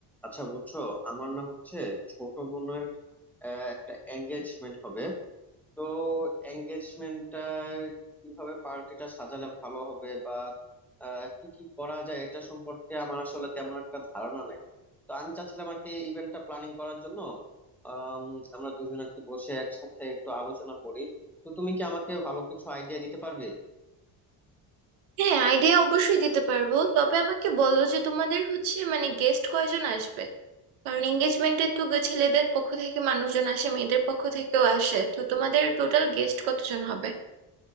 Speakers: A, in the centre; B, on the right.
A: আচ্ছা বুঝছো আমার না হচ্ছে ছোট বোনের আহ, একটা এঙ্গেজমেন্ট হবে তো এঙ্গেজমেন্টটা কিভাবে পার্টিটা সাজালে ভালো হবে বা আহ, কি কি করা যায় এটা সম্পর্কে আমার আসলে তেমন একটা ধারণা নাই তো আমি চাচ্ছিলাম আর কি ইভেন্টটা প্ল্যানিং করার জন্য আম, আমরা দুজন আর কি বসে একসাথে একটু আলোচনা করি তো তুমি কি আমাকে ভালো কিছু আইডিয়া দিতে পারবে
B: হ্যাঁ আইডিয়া অবশ্যই দিতে পারবো তবে আমাকে বলো যে তোমাদের হচ্ছে মানে গেস্ট কয়জন আসবে কারণ এঙ্গেজমেন্টে তো গে- ছেলেদের পক্ষ থেকে মানুষজন আসে মেয়েদের পক্ষ থেকেও আসে তো তোমাদের টোটাল গেস্ট কতজন হবে